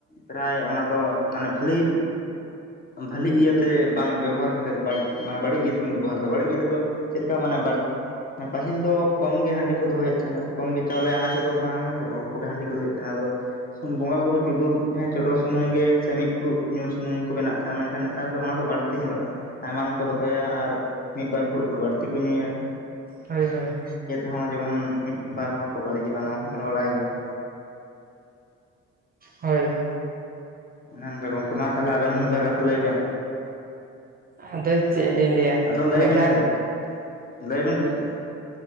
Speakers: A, on the left; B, on the right.
A: ᱯᱨᱟᱭ ᱚᱱᱟ ᱫᱚ ᱢᱟᱱᱮ ᱵᱷᱟᱹᱞᱤ ᱵᱷᱟᱹᱞᱤ ᱤᱭᱟᱹ ᱛᱮ ᱵᱟᱝ ᱵᱮᱵᱚᱦᱟᱨ ᱠᱟᱛᱮᱫ ᱵᱟᱰ ᱢᱟᱱᱮ ᱵᱟᱹᱲᱤᱡ ᱤᱭᱟᱹ ᱛᱮᱵᱚᱱ ᱵᱮᱵᱚᱦᱟᱨ ᱮᱫᱟ ᱵᱟᱹᱲᱤᱡ ᱤᱭᱟᱹ ᱛᱮᱫᱚ ᱪᱮᱫ ᱞᱮᱠᱟ ᱢᱟᱱᱮ ᱵᱟᱲ ᱯᱟᱦᱤᱞ ᱫᱚ ᱠᱚᱢ ᱜᱮ ᱦᱟᱺᱰᱤ ᱠᱚ ᱫᱚᱦᱚᱭᱮᱫ ᱛᱟᱦᱮᱱᱟ ᱥᱮ ᱠᱚᱢ ᱜᱮ ᱪᱟᱣᱞᱮ ᱟᱱᱟᱡᱽ ᱫᱚ ᱛᱟᱦᱮᱸ ᱞᱮᱱᱟ ᱥᱮ ᱚᱞᱯᱚ ᱜᱮ ᱦᱟᱺᱰᱤ ᱠᱚ ᱫᱚᱦᱚᱭᱮᱫ ᱛᱟᱦᱮᱱᱟ ᱟᱫᱚ ᱵᱚᱸᱜᱟᱼ ᱵᱩᱨᱩ ᱪᱩᱰᱩᱨ ᱮᱸ ᱪᱚᱰᱚᱨ ᱥᱩᱢᱩᱝ ᱜᱮ ᱥᱮ ᱢᱤᱫ ᱯᱷᱩᱲᱩᱜ ᱧᱩ ᱥᱩᱢᱩᱝ ᱠᱚ ᱵᱮᱱᱟᱣ ᱮᱫ ᱛᱟᱦᱮᱱᱟ ᱢᱮᱱᱠᱷᱟᱱ ᱱᱮᱛᱟᱨ ᱫᱚ ᱚᱱᱟ ᱠᱚ ᱵᱟ. ᱲᱛᱤ ᱛᱤ ᱧᱮᱞᱚᱜᱼᱟ ᱟᱭᱢᱟᱜᱟᱱ ᱠᱚ ᱫᱚᱦᱚᱭᱟ ᱟᱨ ᱢᱤᱫᱵᱟᱨ ᱯᱷᱩᱲᱩᱜ ᱠᱷᱚᱱ ᱵᱟᱹᱲᱛᱤ ᱠᱚ ᱧᱩᱭᱟ ᱾
B: ᱦᱳᱭ ᱦᱳᱭ
A: ᱦᱚᱜ-ᱚᱭ ᱡᱮᱢᱚᱱ ᱢᱤᱫ ᱵᱟᱨ ᱦᱚᱲ ᱠᱚ ᱵᱟᱹᱲᱤᱡᱚᱜᱼᱟ ᱱᱚᱣᱟ ᱦᱚᱸᱵᱮᱱ ᱵᱟᱲᱟᱭ ᱜᱮᱭᱟ
B: ᱦᱳᱭ
A: ᱚᱱᱮ ᱚᱱᱠᱟ ᱜᱚᱢᱠᱮ ᱢᱟ ᱛᱟᱦᱚᱞᱮ ᱟᱵᱮᱱ ᱦᱚᱸ ᱢᱤᱫᱵᱟᱨ ᱠᱟᱛᱷᱟ ᱞᱟᱹᱭ ᱵᱮᱱ
B: ᱟᱫᱚ ᱪᱮᱫ ᱞᱤᱧ ᱞᱟᱹᱭᱟ
A: ᱟᱫᱚ ᱞᱟᱹᱭ
B: ᱱᱮᱛᱟᱨ
A: ᱵᱤᱱ ᱥᱮ ᱞᱟᱹᱭ ᱵᱤᱱ ᱞᱟᱹᱭ ᱵᱤᱱ ᱾